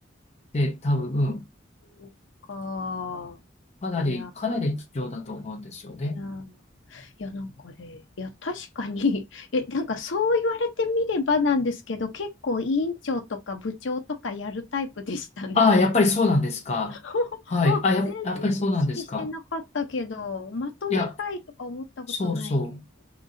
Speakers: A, on the left; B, on the left.
A: で、多分、
B: そっか。
A: かなり、
B: いや、
A: かなり貴重だと思うんですよね。
B: いや。いや、なんかね、いや、確かに <laughs> え、なんかそう言われてみればなんですけど、結構委員長とか部長とかやるタイプでしたね。
A: ああ、やっぱりそうなんですか。
B: <laughs> あ、
A: はい。あ、やっ、
B: 全然意識してなかったけど、
A: やっぱりそうなんですか。
B: まとめたいとか思ったことないけど、
A: いや、そうそう。